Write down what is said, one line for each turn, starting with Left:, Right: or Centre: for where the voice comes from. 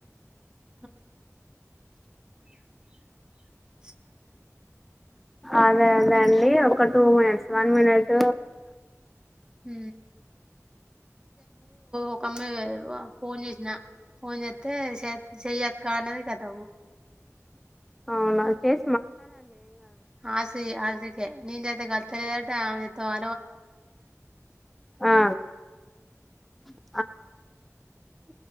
Right: అవునా సరే అండి మరి
Centre: అదే అదే అండి ఒక టూ మినిట్స్ వన్ మినిట్
Right: హు ఒక అమ్మాయి ఫోన్ చేసిన ఫోన్ చేస్తే చెయ్యక్క అన్నది ఖతం మళ్ళీ చేయలే
Centre: అవునా చేసి మాట్లాడండి ఏం కాదు
Right: ఆ సే ఆ నేన్ జేతే కలుతలేదంట ఆమె జేతే అలో అలో అని మొతుకుంటంది
Centre: ఆ ఆ ఆ
Right: ఆ